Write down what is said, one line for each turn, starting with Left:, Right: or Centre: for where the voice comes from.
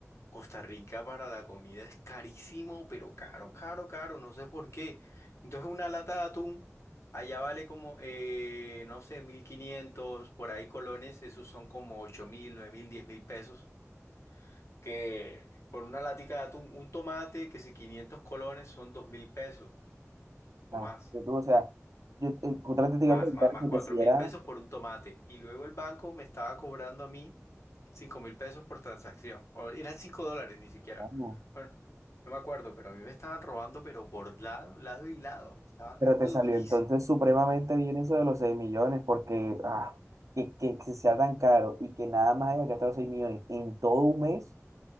Left: Costa Rica para la comida es carísimo, pero caro, caro, caro, no sé por qué. Entonces una lata de atún allá vale como, eh, no sé, 1500 por ahí colones, esos son como ocho mil, nueve mil, diez mil pesos. Que por una latica de atún, un tomate, que si 500 colones son 2000 pesos o
Right: No,
Left: más.
Right: tú, o sea, yo eh, justamente te
Left: Más,
Right: iba a preguntar
Left: más, más,
Right: eso,
Left: cuatro
Right: que si
Left: mil
Right: era,
Left: pesos por un tomate. Y luego el banco me estaba cobrando a mí cinco mil pesos por transacción. O eran cinco dólares ni siquiera.
Right: vamos,
Left: Bueno, no me acuerdo, pero a mí me estaban robando, pero por lado, lado y lado. Me estaban
Right: Pero
Left: dando
Right: te salió
Left: durísimo.
Right: entonces supremamente bien eso de los 6 millones, porque ah, que, que, que sea tan caro y que nada más haya gastado 6 millones en todo un mes,